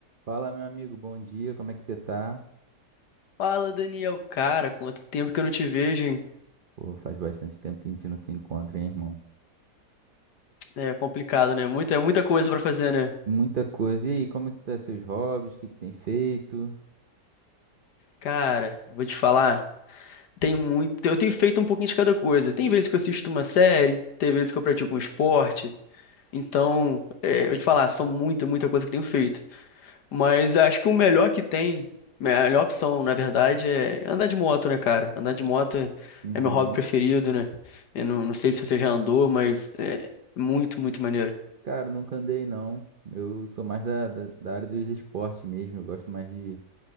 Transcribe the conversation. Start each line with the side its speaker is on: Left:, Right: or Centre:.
Right: Fala, meu amigo, bom dia, como é que você tá?
Left: Fala, Daniel. Cara, quanto tempo que eu não te vejo, hein?
Right: Pô, faz bastante tempo que a gente não se encontra, hein, irmão?
Left: É complicado, né? Muita, é muita coisa pra fazer, né?
Right: Muita coisa. E aí, como é que tá seus hobbies? O que que tem feito?
Left: Cara, vou te falar. Tem muito. Eu tenho feito um pouquinho de cada coisa. Tem vezes que eu assisto uma série, tem vezes que eu pratico um esporte. Então, é, eu vou te falar, são muita, muita coisa que eu tenho feito. Mas acho que o melhor que tem, a melhor opção, na verdade, é andar de moto, né, cara? Andar de moto é,
Right: Uhum.
Left: é meu hobby preferido, né? Eu não, não sei se você já andou, mas é muito, muito maneiro.
Right: Cara, nunca andei, não. Eu sou mais da, da, da área dos esportes mesmo. Eu gosto mais de,